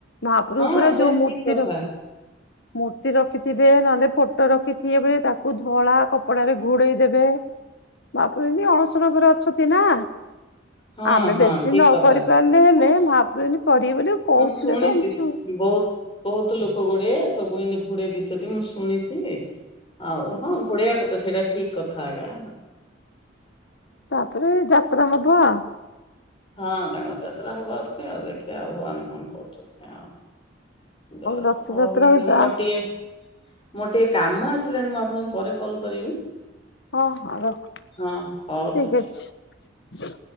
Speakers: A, on the left; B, on the left.
A: ମହାପ୍ରଭୁ
B: ହଁ
A: ପୁରା
B: ସେ
A: ଯୋଉ
B: ଠିକ
A: ମୂର୍ତ୍ତି ରଖି
B: କଥା
A: ମୂର୍ତ୍ତି ରଖିଥିବେ ନହେଲେ ଫୋଟୋ ରଖିଥିବେ ତାକୁ ଧଳା କପଡରେ ଘୋଡେଇ ଦେବେ। ମହାପ୍ରଭୁ ଏଇନେ ଅଣସର ଘରେ ଅଛନ୍ତି ନା।
B: ହଁ
A: ଆମେ
B: ହଁ
A: ବେଶୀ
B: ଠିକ
A: ନ କରି
B: କଥା
A: ପାରିଲେ ହେଲେ
B: ମୁଁ
A: ମହାପ୍ରଭ୍ରୁ କରିବି ବୋଲି କହୁଥିଲେ
B: ମୁଁ ଶୁଣିତିସ
A: ତ ଆମେ ଶୁ
B: ବହୁତ ବହୁତ ଲୋକ ଗୁଡେ ସବୁ ଏମତି ଘୋଡେଇ ଦେଇଛନ୍ତି ମୁଁ ଶୁଣିଛି ଯେ ଆଉ ହଁ ଘୋଡେଇଆ କଥା ସେଇଟା ଠିକ କଥା ଆଗା।
A: ତାପରେ ଯାତ୍ରା ହବ।
B: ହଁ ତାଙ୍କ ଯାତ୍ରା ହବ ଆଉଥରେ ଦେଖିବା ଆଉ ଭଗବାନ କଣ କରୁଛନ୍ତି ଆଉ। ଜ
A: ରଥଯାତ୍ରା
B: ହଉ ମ୍ୟାଡ଼ମ
A: ଯାଆ
B: ମୋ ଟିଏ ମୋର ଟିକେ କାମ ଆସିଲାଣି ମୁଁ ଆପଣଙ୍କୁ ପରେ କଲ୍ କରିବି।
A: ହଁ ହଁ ରଖ
B: ହଁ ହଉ
A: ଠିକ
B: ରହୁଛି।
A: ଅଛି।